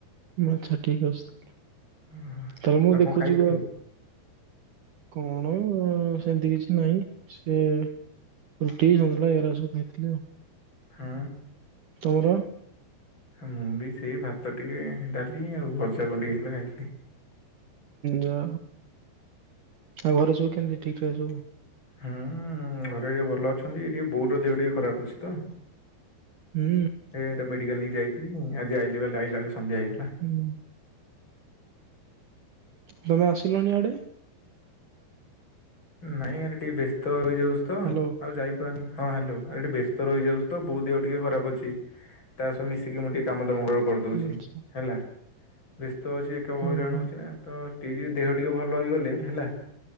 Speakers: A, on the right; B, on the left.
A: ଆଚ୍ଛା ଠିକ୍ ଅଛି ତାହଲେ
B: ହଁ।
A: ଥରେ ମୁଁ
B: ଆଉ
A: ଦେଖୁଛି
B: କଣ ଖାଇଥିଲୁ
A: କଣ ସେମିତି କିଛି କିଛି ନାହିଁ ସେ ରୁଟି ସନ୍ତୁଳା ଏଗୁରା ସବୁ ଖାଇଥିଲି ଆଉ।
B: ହୁଁ।
A: ତୋର
B: ମୁଁ ବି ସେଇ ଭାତ ଟିକେ ଡାଲି ଆଉ ଭଜା କଣ ଟିକେ ହେଇଥିଲା ଖାଇଥିଲି।
A: ଯା ହଉ ଘରେ ସବୁ କେମିତି ଠିକ୍ ଠାକ୍ ସବୁ?
B: ହୁଁ ଘରେ ଭଲ ଅଛନ୍ତି ଏ ଟିକେ ବୋଉର ଦେହ ଟିକେ ଖରାପ ଅଛି ତ
A: ହୁଁ
B: ଏଟା ମେଡିକାଲ ନେଇ ଯାଇ <unintelligible> ଯାଇ
A: ହୁଁ ତମେ ଆସିଲନି ଇଆଡେ
B: ନାଇଁ ଆରେ ଟିକେ ବ୍ୟସ୍ତ ରହିଯାଉଛି ତ
A: ହ୍ୟାଲୋ।
B: ଆଉ ଯାଇପାରୁନି। ହଁ ହ୍ୟାଲୋ ଆ ଏଠି ବ୍ୟସ୍ତ ରହିଯାଉଛି ତ ବୋଉ ଦେହ ଟିକେ ଖରାପ ଅଛି ତା ସହ ମିଶିକି ମୁଁ ଟିକେ କାମ ଧାମ କ କରିଦଉଛି
A: ଆଚ୍ଛା
B: ହେଲା ବ୍ୟସ୍ତ ଅଛି ଏକା ହଇରାଣ
A: ଓହୋ ହୁଁ
B: <unintelligible> ଟିକେ ଯ ଦେହ ଟିକେ ଭଲ ହେଇଗଲେ ହେଲା